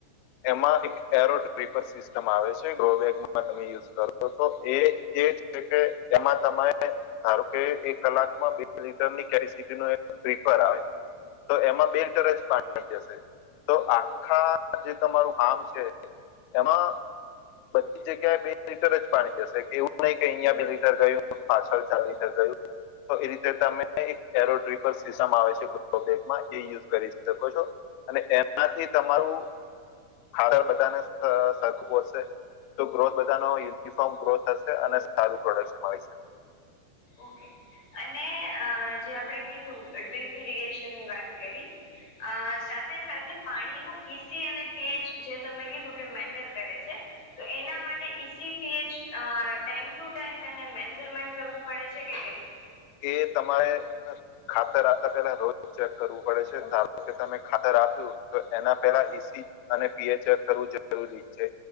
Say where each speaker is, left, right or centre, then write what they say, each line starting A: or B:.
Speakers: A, on the left; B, on the left.
A: એમાં એક એરો ટપર સિસ્ટમ આવે છે ડ્રોબેકમાં તમે યુઝ કરો તો એ છે કે એમાં તમારે ધારો કે એક કલાક માં બે લીટર ની કેપસિટી નો એક ડ્રીપર આવે તો એમાં બે લીટર જ પાણી જશે તો આખા જે તમારું ફામ છે એમાંધ જગ્યાએ બે લીટર જ પાણી જશે એવું નહીં કે અહિયાં બે લીટર ગયું પાછળ ચાર લીટર ગયું તો એ રીતે તમે એક એરો ટ્રીપર સિસ્ટમ આવે છે ગ બેકમાં એ કરી શકો છો અને એમાંથી તમારું હારે બધાને સરખુંશે તો ગ્રોથ બધા ન યુનિફોર્મ ગ્રોથ થશે અને સારું પ્રોડક્શન આવી શકે
B: ઓકે અને જે આપણે કીધું ડ્રીપ ઇરિગેશન ની વાત કરી અ સાથે સાથે પાણીનું ઈસી અને પીએચ જે તમે કીધું કે મેટર કરે છે તો એના માટે EC pH time to time એને મેજરમેન્ટ કરવું પડે છે કે કઈ રતે
A: એ તમારે ખાતર આપતા પેલા રોજ ચેક કરવું પડે છે ધારો કે તમે ખાતર આપ્યું તો એના પહેલા સી અને પીએચ કરવું જરૂરી છે.